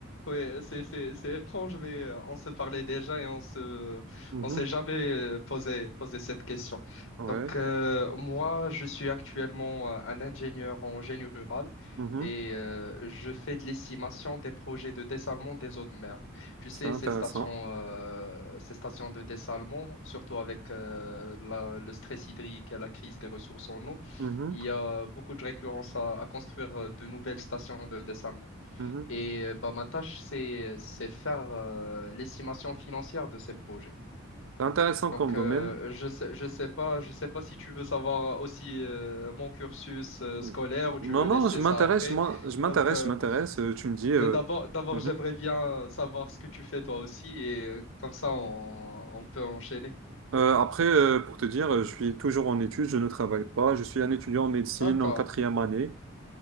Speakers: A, on the left; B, on the right.
A: oui, c'est c'est c'est étrange, mais euh, on se parlait déjà et on se
B: Mhm.
A: on s'est jamais euh, posé posé cette question.
B: Ouais,
A: Donc euh, moi, je suis actuellement euh, un ingénieur en génie rural
B: Mhm.
A: et euh, je fais de l'estimation des projets de dessalement des eaux de mer. Tu
B: C'est
A: sais,
B: intéressant.
A: ces stations euh, ces stations de dessalement, surtout avec euh, la- le stress hydrique et la crise des ressources en eau,
B: Mhm.
A: il y a beaucoup de récurrence à, à construire euh, de nouvelles stations de dessalement.
B: Mhm.
A: Et euh, bah, ma tâche, c'est, c'est faire euh, l'estimation financière de ces projets.
B: C'est intéressant
A: Donc,
B: comme
A: euh,
B: domaine.
A: je sais, je sais pas, je sais pas si tu veux savoir aussi euh, mon cursus euh,
B: Mmh.
A: scolaire ou tu
B: Non,
A: veux
B: non,
A: laisser
B: je m'intéresse,
A: ça après.
B: je m'en- je m'intéresse,
A: Donc, euh,
B: je m'intéresse. euh, tu me dis. euh,
A: mais d'abord, d'abord,
B: mhm.
A: j'aimerais bien savoir ce que tu fais toi aussi et euh, comme ça, on, on peut enchaîner.
B: Euh, après, euh, pour te dire, euh, je suis toujours en études, je ne travaille pas. Je suis un étudiant en médecine
A: D'accord,
B: en quatrième année.